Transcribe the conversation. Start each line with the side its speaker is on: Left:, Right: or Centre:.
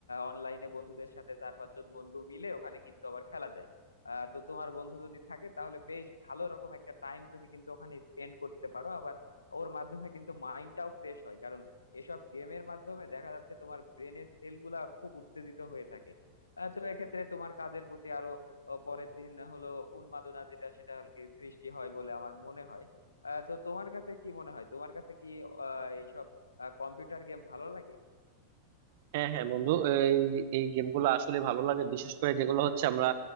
Left: অনলাইনে বন্ধুদের সাথে চার পাঁচজন বন্ধু মিলে ওখানে কিন্তু আবার খেলা যায় আহ, তো তোমার বন্ধু যদি থাকে তাহলে বেশ ভালো রকম একটা টাইম তুমি কিন্তু ওখানে স্পেন্ড করতে পারো আবার ওর মাধ্যমে কিন্তু মাইন্ডটাও ফ্রেশ হয় কারণ এসব গেমের মাধ্যমে দেখা যাচ্ছে তোমার ব্রেনের সেলগুলা খুব উত্তেজিত হয়ে থাকে আহ, তো এক্ষেত্রে তোমার কাজের প্রতি আরো আহ, পরের দিন হলো উন্মাদনা যেটা সেটা আর কি সৃষ্টি হয় বলে আমার মনে হয় আহ, তো তোমার কাছে কি মনে হয় তোমার কাছে কি আহ এইসব কম্পিউটার গেম ভালো লাগে
Right: হ্যাঁ হ্যাঁ বন্ধু এই এই গেমগুলো আসলে ভালো লাগে বিশেষ করে যেগুলো হচ্ছে আমরা